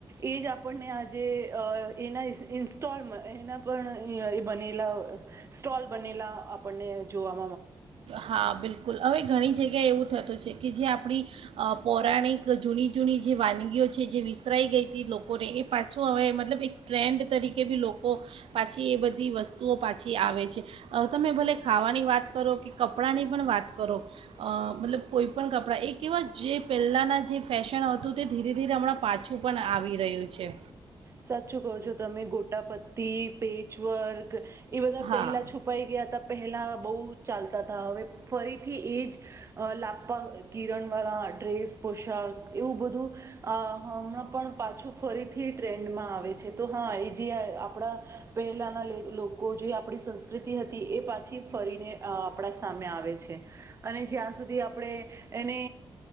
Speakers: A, on the right (about 30°); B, on the right (about 85°).
A: એ જ આપણને આજે એના ઇન્સ્ટોલમાં, એના પણ એ બનેલા સ્ટોલ બનેલા આપણને જોવા
B: હા બિલકુલ હવે ઘણી જગ્યા જગ્યા એવું થતું છે કે જે આપણી પૌરાણિક જૂની જૂની જે વાનગીઓ છે જે વિસરાઈ ગઈ હતી લોકોને એ પાછું હવે મતલબ એક ટ્રેન્ડ તરીકે બી લોકો પાછી એ બધી વસ્તુઓ પાછી આવે છે. તમે ભલે ખાવાની વાત કરો કે કપડાંની પણ વાત કરો મતલબ કોઈ પણ કપડાં એ એવા જે પહેલાંના જે ફેશન હતું તે ધીરે ધીરે હમણાં પાછું પણ આવી રહ્યું છે.
A: સાચચું કહો છો તમે. ગોટા પતી પેચ વર્ક એ બધા
B: હા
A: પહેલા છુપાઈ ગયા હતા. પહેલાં બહુ ચાલતા હતા હવે ફરીથી એ જ લાપા કિરણવાળા ડ્રેસ પોશાક એવું બધું હમણાં પણ પાછું ફરીથી ટ્રેન્ડમાં આવે છે તો હા એ જે આપણા પહેલાંના લોકો જે આપણી સંસ્કૃતિ હતી એ પાછી ફરીને આપણા સામે આવે છે અને જ્યાં સુધી આપણે એને